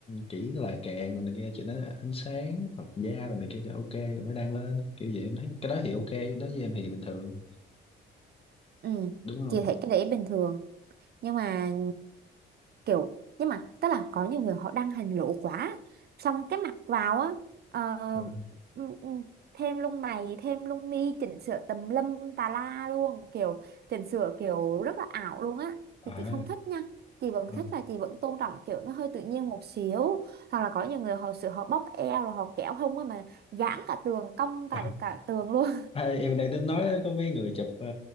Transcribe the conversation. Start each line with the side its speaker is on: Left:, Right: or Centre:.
Left: chỉ là kèn rồi này kia chỉnh ánh sáng hoặc da rồi này kia cho ok rồi mới đăng lên kiểu vậy em thấy cái đó thì ok đó với em thì bình thường
Right: ừ
Left: đúng không
Right: chị thấy cái đấy bình thường nhưng mà kiểu nhưng mà tức là có nhiều người họ đăng hình lỗ quá xong cái mặc vào á ờ,
Left: Ừ.
Right: ừm, ừm, thêm lông mày thêm lông mi chỉnh sửa tùm lum tà la luôn kiểu chỉnh sửa kiểu rất là ảo luôn á
Left: à,
Right: thì chị không thích nha chị vẫn
Left: ừ.
Right: thích là chị vẫn tôn trọng kiểu nó hơi tự nhiên một xíu hoặc là có nhiều người họ sửa họ bóp eo rồi họ kéo hông á mà giãn cả tường cong cả
Left: à.
Right: cả tường luôn
Left: À, em đang tính nói có mấy người chụp ờ,